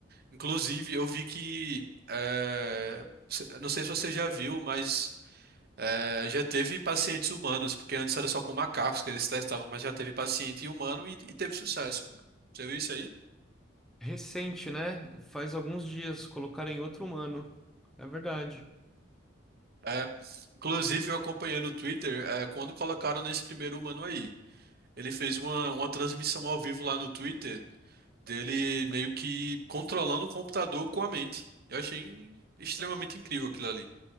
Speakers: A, on the right; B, in the centre.
A: Inclusive, eu vi que, eh, se- eu não sei se você já viu, mas eh, já teve pacientes humanos, porque antes era só com macacos que eles testavam, mas já teve paciente humano e, e teve sucesso. Você viu isso aí?
B: Recente, né? Faz alguns dias colocaram em outro humano. É verdade.
A: É. Inclusive, eu acompanhei no Twitter, eh, quando colocaram nesse primeiro humano aí. Ele fez uma, uma transmissão ao vivo lá no Twitter dele meio que controlando o computador com a mente. Eu achei extremamente incrível aquilo ali.